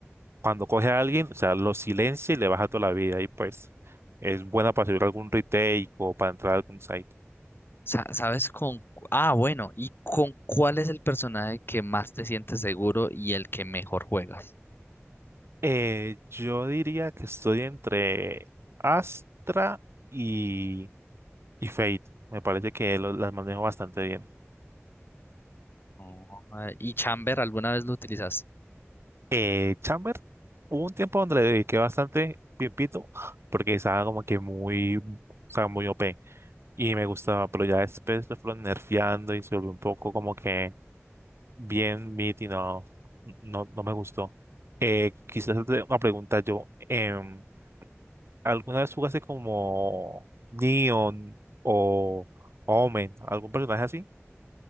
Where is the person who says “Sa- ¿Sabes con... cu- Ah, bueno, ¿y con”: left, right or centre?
Left